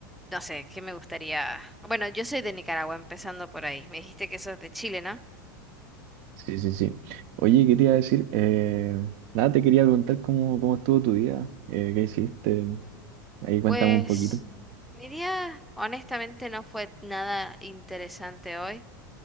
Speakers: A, in the centre; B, on the right.
A: No sé, ¿qué me gustaría? Bueno, yo soy de Nicaragua, empezando por ahí. Me dijiste que sos de Chile, ¿no?
B: Sí, sí, sí. Oye, ¿qué te iba a decir? Eh, nada, te quería preguntar cómo, cómo estuvo tu día, eh, qué hiciste. Ahí cuéntame
A: Pues
B: un poquito.
A: mi día honestamente no fue nada interesante hoy.